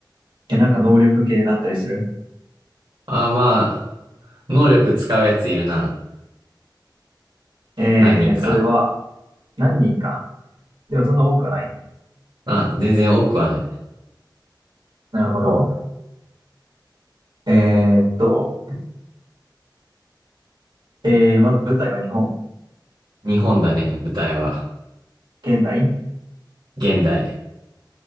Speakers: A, on the right; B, on the right.
A: え、なんか能力系だったりする
B: あ、まあ、能力使うやついるな。
A: えー、
B: 何人か。
A: それは、何人か。でもそんな多くはない。
B: あ、全然多くはない。
A: なるほど。えーっと、えー、まず舞台は日本。
B: 日本だね、舞台は。
A: 現代
B: 現代。